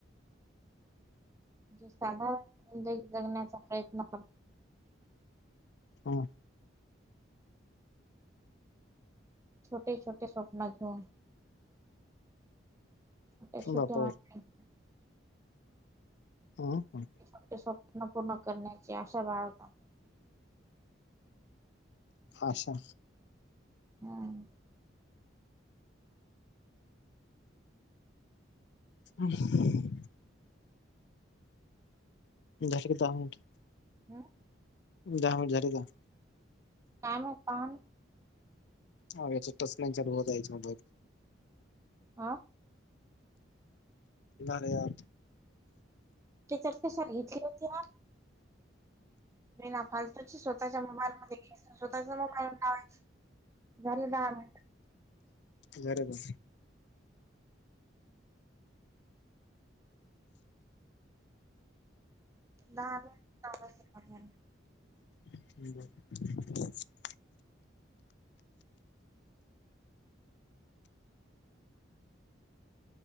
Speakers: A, on the right (about 15°); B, on the left (about 60°).
A: जे साधारण जिंदगी जगण्याचा प्रयत्न करते.
B: ह्म.
A: छोटे-छोटे स्वप्न घेऊन, छोटे-छोटे
B: बापा
A: <unintelligible>
B: हा.
A: फक्त स्वप्न पूर्ण करण्याचे अशा बाळगा.
B: आशा?
A: हम्.
B: हम झा ठ क दा मोठ
A: हम
B: दहा मिनिट झाले का
A: काम पण
B: हा चालू होय म
A: हा
B: रे या
A: त्याच्याक्ता सांगितली होती नाही ना फालतूची स्वतःच्या मोबाईल म स्वतःचा मोबाईल लावाय घरी दम
B: जरबर
A: नाही नाही
B: ् बर